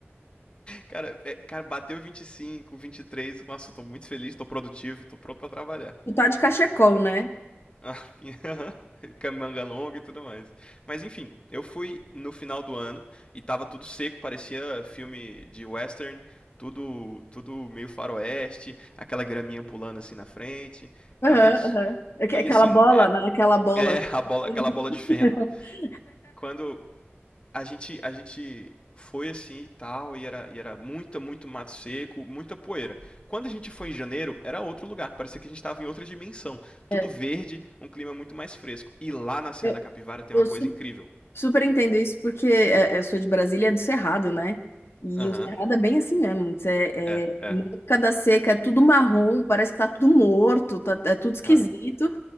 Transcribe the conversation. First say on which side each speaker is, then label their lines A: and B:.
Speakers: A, on the left (about 25°); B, on the left (about 65°).
A: Cara, é- cara, bateu 25, 23. Nossa, eu tô muito feliz, tô produtivo, tô pronto pra trabalhar.
B: Tu tá de cachecol, né?
A: A pinha- <laughs> Camanga longa e tudo mais. Mas enfim, eu fui no final do ano e tava tudo seco, parecia filme de western, tudo, tudo meio faroeste, aquela graminha pulando assim na frente,
B: Aham,
A: tava isso.
B: aham. Aque-
A: E
B: Aquela
A: assim,
B: bola,
A: é,
B: né? Aquela bola.
A: é a bola, aquela bola de
B: <laughs>
A: feno. Quando, a gente, a gente foi assim e tal, e era, e era muita, muito mato seco, muita poeira. Quando a gente foi em janeiro, era outro lugar, parecia que a gente estava em outra dimensão. Tudo
B: É,
A: verde, um clima muito mais fresco. E lá na Serra
B: eu,
A: da Capivara tem
B: eu
A: uma coisa incrível.
B: Super entendo isso, porque é, eu sou de Brasília, é do Cerrado, né? E
A: Aham,
B: o Cerrado
A: uhum.
B: é bem assim mesmo. Cê- É,
A: é, é,
B: na época da seca é tudo marrom, parece que tá tudo morto, tá- é tudo esquisito.
A: é.